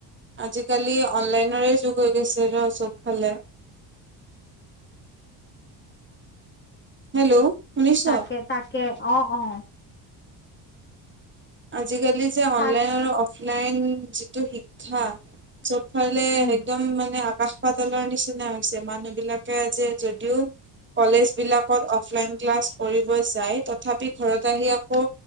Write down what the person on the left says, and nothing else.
তাকে তাকে অ অ
তাক
উম